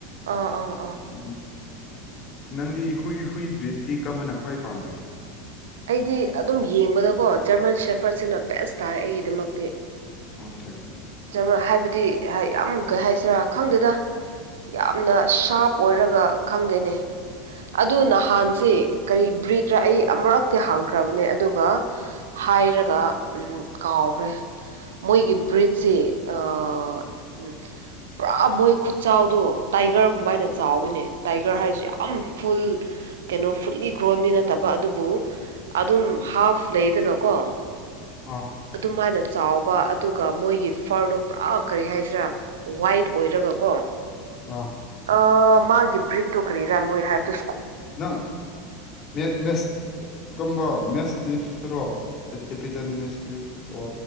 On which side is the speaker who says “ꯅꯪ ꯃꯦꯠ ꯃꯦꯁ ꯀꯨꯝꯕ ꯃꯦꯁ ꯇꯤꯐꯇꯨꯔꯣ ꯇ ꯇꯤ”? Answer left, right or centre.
Left